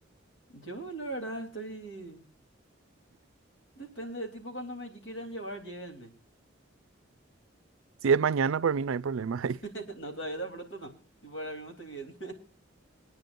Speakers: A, on the left; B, on the right.
A: Yo, la verdad, estoy... Depende de tipo cuando me quieran llevar, llévenme.
B: Si es mañana, por mí no hay problema. <laughs>
A: <laughs> No, todavía tan pronto no. Tipo, ahora mismo estoy bien.